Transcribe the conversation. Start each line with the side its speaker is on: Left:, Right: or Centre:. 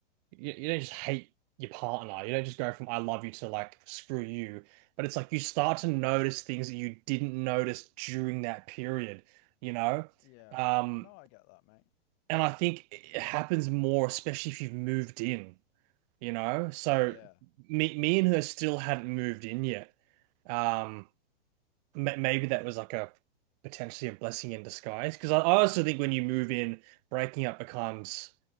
Right: you, you don't just hate your partner. You don't just go from I love you to like screw you. But it's like you start to notice things that you didn't notice during that period, you know?
Left: Yeah.
Right: Um,
Left: No, I get that, mate.
Right: and I think it happens more, especially if you've moved in, you know? So
Left: Yeah.
Right: me me and her still hadn't moved in yet. Um, ma- maybe that was like a potentially a blessing in disguise. Because I I also think when you move in, breaking up becomes